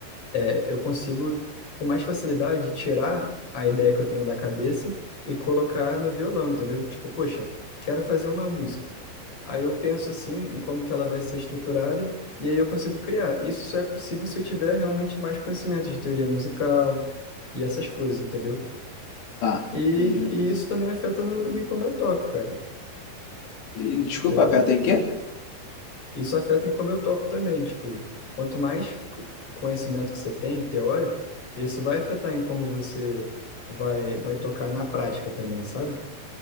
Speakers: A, on the left (about 35°); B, on the left (about 65°).
A: é, eu consigo com mais facilidade tirar a ideia que eu tenho da cabeça e colocar no violão, entendeu? Tipo, poxa, quero fazer uma música. Aí eu penso assim, em como que ela vai ser estruturada, e aí eu consigo criar. Isso só é possível se eu tiver realmente mais conhecimento de teoria musical e essas coisas, entendeu?
B: Tá,
A: E,
B: entendi.
A: e isso também afeta no, em como eu toco, cara,
B: E, desculpa,
A: entendeu?
B: Fé, tem quê?
A: Isso afeta em como eu toco também, tipo, quanto mais co- conhecimento que você tem, teórico, isso vai afetar em como você vai, vai tocar na prática também, sabe?